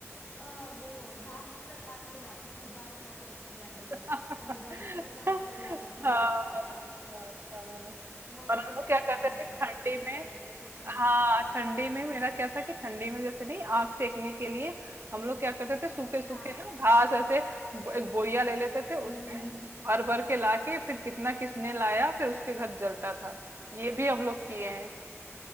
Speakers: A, on the left; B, on the right.
A: आ, वो घास तक काट के लाती थी गाय हुआ करती थी पहले
B: <laughs>
A: तो
B: हाँ
A: मैं गाय के लिए घास तक लाती थी
B: हाँ
A: खेत से काट काट के
B: हाँ।
A: वहीं
B: और
A: पे
B: हम लोग क्या
A: कभी
B: करते थे
A: बैट बॉल
B: ठंडी
A: खेल लिया
B: में
A: करते थे हम
B: हाँ, ठंडी में मेरा क्या था कि ठंडी में जैसे नहीं आग सेकने के लिए हम लोग क्या करते थे सूखे सूखे
A: हाँ
B: ना घास ऐसे ब- एक बोरिया ले लेते थे
A: हम्म
B: उसमें भर भर के लाके फिर कितना किसने लाया फिर उसके घर जलता था ये भी हम लोग किए हैं